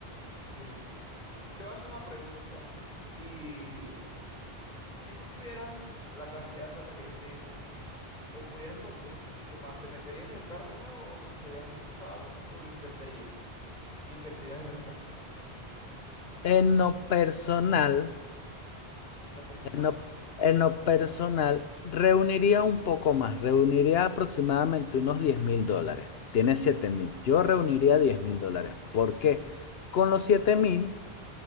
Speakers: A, on the left; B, on the left.
A: sí. Te voy a hacer una pregunta. Y si tú tuvieras la cantidad de plata que yo tengo, o pudieras conseguir un poquito más, ¿te meterías en el carro nuevo o conseguirías un usado o lo invertirías? Invertirías el restante.
B: En lo personal.
A: En lo personal,
B: En lo,
A: exacto.
B: en lo personal, reuniría un poco más, reuniría aproximadamente unos diez mil dólares. Tiene siete mil. Yo reuniría diez mil dólares. ¿Por qué? Con los siete mil